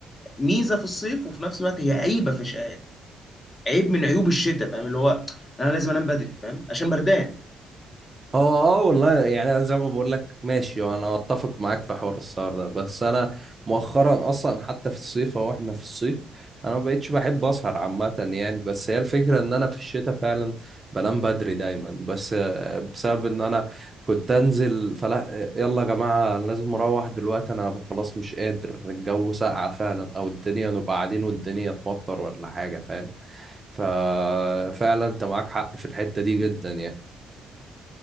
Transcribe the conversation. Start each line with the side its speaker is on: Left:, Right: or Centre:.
Left: ميزه في الصيف وفي نفس الوقت هي عيبه في ش... عيب من عيوب الشتاء فاهم اللي هو انا لازم انام بدري فاهم عشان بردان
Right: هو اه والله يعني انا زي ما بقول لك ماشي وانا اتفق معاك في حوار السهر ده بس انا مؤخرا اصلا حتى في الصيف اهو احنا في الصيف انا ما بقتش بحب اسهر عامه يعني بس هي الفكره ان انا في الشتاء فعلا بنام بدري دايما بس آه، بسبب ان انا كنت انزل فلا آه، يلا يا جماعه انا لازم اروح دلوقتي انا خلاص مش قادر الجو ساقع فعلا او الدنيا نبقى قاعدين والدنيا تمطر ولا حاجه فاهم ففعلا انت معاك حق في الحته دي جدا يعني